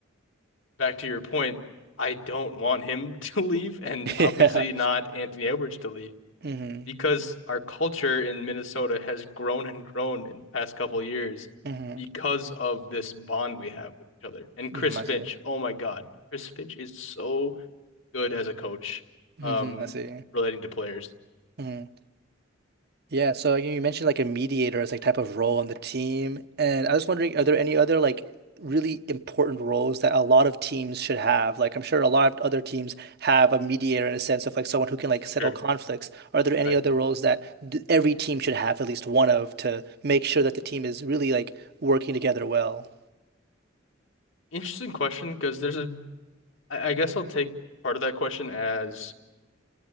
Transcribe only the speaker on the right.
<laughs>
Yeah.
Mm-hmm.
Mm-hmm.
Mm-hmm. I
see.
Mm-hmm.
I see.
Mm-hmm. Yeah, so you you mentioned like a mediator as like type of role on the team, and I was wondering, are there any other like really important roles that a lot of teams should have? Like I'm sure a lot of other teams have a mediator in a sense of like someone who can like settle
conflicts. Are there any
other roles that th every team should have at least one of to make sure that the team is really like working together well?